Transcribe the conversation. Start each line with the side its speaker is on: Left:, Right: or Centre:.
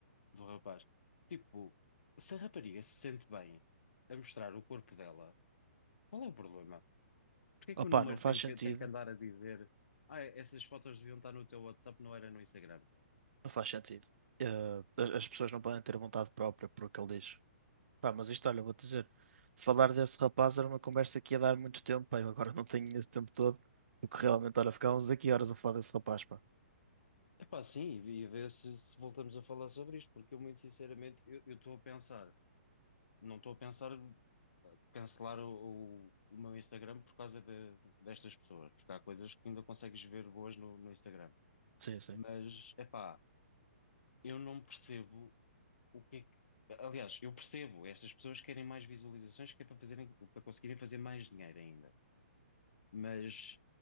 Left: do rapaz. Tipo, se a rapariga se sente bem a mostrar o corpo dela, qual é o problema? Porquê é que
Right: Opá,
Left: o número
Right: não faz
Left: tem
Right: sentido.
Left: que, tem que andar a dizer, ah, essas fotos deviam estar no teu WhatsApp, não era no Instagram?
Right: Não faz sentido. Uh, as, as pessoas não podem ter vontade própria por o que ele diz. Pá, mas isto, olha, vou-te dizer. Falar desse rapaz era uma conversa que ia dar muito tempo, pá. Eu agora <laughs> não tenho esse tempo todo. Porque realmente, olha, ficávamos aqui horas a falar desse rapaz, pá.
Left: Epá, sim, e e ver se, se voltamos a falar sobre isto, porque eu muito sinceramente, eu eu estou a pensar, não estou a pensar eh, cancelar o, o, o meu Instagram por causa de- destas pessoas, porque há coisas que ainda consegues ver boas no, no Instagram.
Right: Sim, sim.
Left: Mas, epá, eu não percebo o que é que- Aliás, eu percebo, estas pessoas querem mais visualizações que é para fazerem, para conseguirem fazer mais dinheiro ainda. Mas